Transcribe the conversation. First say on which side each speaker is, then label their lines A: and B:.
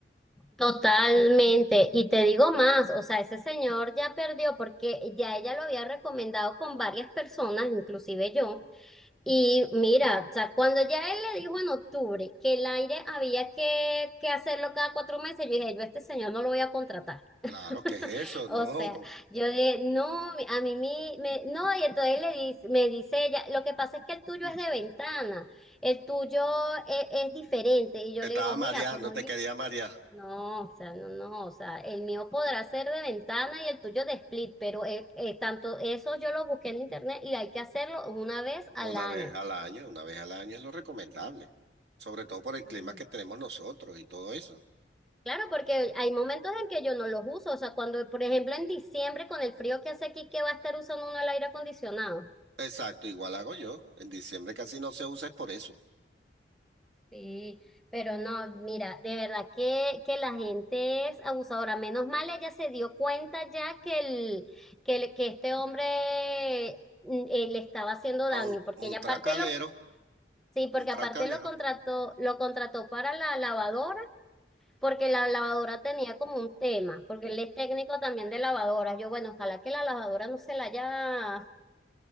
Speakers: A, in the centre; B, on the right.
A: Totalmente, y te digo más, o sea, ese señor ya perdió porque ya ella lo había recomendado con varias personas, inclusive yo, y mira, o sea, cuando ya él le dijo en octubre que el aire había que, que hacerlo cada cuatro meses, yo dije, yo a este señor no lo voy a contratar. <laughs>
B: Claro, qué es eso?
A: O
B: No.
A: sea, yo dije, no, mi- a mí mi- me, no, y entonces le dice, me dice ella, lo que pasa es que el tuyo
B: Mm.
A: es de ventana, el tuyo e- es, diferente, y yo
B: Te
A: le
B: estaba
A: digo,
B: mareando,
A: mira, por muy
B: te quería marear.
A: no, o sea, no, no, o sea, el mío podrá ser de ventana y el tuyo de split, pero eh, eh, tanto eso yo lo busqué en internet y hay que hacerlo una vez al
B: Una
A: año.
B: vez al año, una vez al año es lo recomendable, sobre todo por el
A: Ujú.
B: clima que tenemos nosotros y todo eso.
A: Claro, porque hay momentos en que yo no los uso, o sea, cuando, por ejemplo, en diciembre con el frío que hace aquí, ¿qué va a estar usando uno el aire acondicionado?
B: Exacto, igual hago yo. En diciembre casi no se usa es por eso.
A: Sí, pero no, mira, de verdad que, que la gente es abusadora. Menos mal ella se dio cuenta ya que el, que, el- que este hombre mm, eh, le estaba haciendo daño,
B: Un,
A: porque
B: un
A: ella
B: tracalero,
A: aparte lo Sí, porque
B: un tracalero.
A: aparte lo contrató, lo contrató para la lavadora, porque la lavadora tenía como un tema, porque él es técnico también de lavadoras. Yo, bueno, ojalá que la lavadora no se la haya,